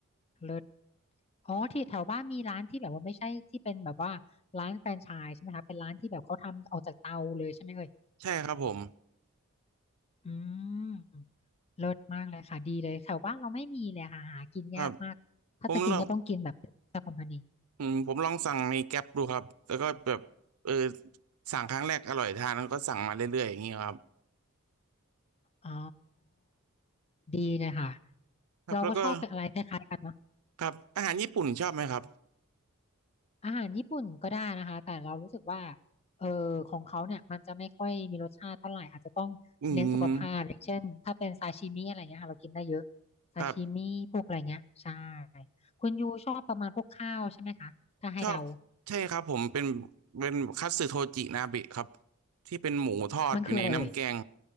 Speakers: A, on the left; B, on the right.
A: เลิศ อ๋อที่แถวบ้านมีร้านที่แบบว่าไม่ใช่ที่เป็นแบบว่าร้านแฟรนไชส์ใช่ไหมคะเป็นร้านที่แบบเขาทำออกจากเตาเลยใช่ไหมเอ่ย
B: ใช่ครับผม
A: อืมเลิศมากเลยค่ะดีเลยแถวบ้านเราไม่มีเลยค่ะหากินยากมากถ้าจะกินก็ต้องกินแบบเจ้าคอมพานี
B: ครับผมลอง อืมผมลองสั่งในแก๊ปดูครับแล้วก็แบบเออสั่งครั้งแรกอร่อยทานแล้วก็สั่งมาเรื่อยๆอย่างนี้ครับ
A: อ๋อดีเลยค่ะ
B: ครับแล้วก็
A: เราก็ชอบอะไรคล้ายๆกันเนาะ
B: ครับอาหารญี่ปุ่นชอบไหมครับ
A: อาหารญี่ปุ่นก็ได้นะคะแต่เรารู้สึกว่าเออของเขาเนี่ยมันจะไม่ค่อยมีรสชาติเท่าไหร่อาจจะต้องเน้นสุขภาพอย่างเช่นถ้าเป็นซาชิมิอะไรเงี้ยค่ะเรากินได้เยอะ
B: อืม
A: ซาชิมิพวกอะไรเงี้ยใช่
B: ครับ
A: คุณยูชอบประมาณพวกข้าวใช่ไหมคะถ้าให้เดา
B: ชอบใช่ครับผมเป็นเป็นคัตสึโทจินาเบะครับที่เป็นหมูทอดอยู่ในน้ำแกง
A: มันคืออะไรเอ่ย